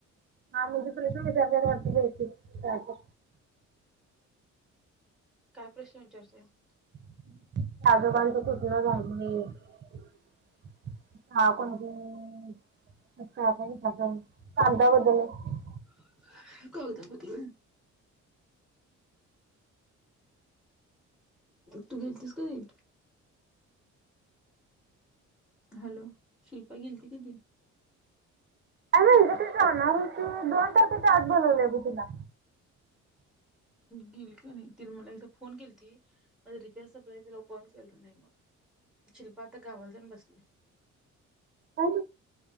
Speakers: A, on the right; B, in the centre.
A: हा म्हणजे प्रश्न विचारत्यात वाटतं, बहुतेक.
B: काय प्रश्न विचारत्यात?
A: <unintelligible>
B: <unintelligible> तू गेलतीस कधी? हॅलो! शिल्पा गेलती, कधी?
A: अरे उद्या ती जाणार होती, दोन तारखेच्या आत बोलवलयं बघं तिला.
B: गिलक नाही तिने मला एकदा फोन केली ती रिचार्जला तिला कॉल केल नाही मग शिल्पा आता गावाला जाऊन बसले.
A: का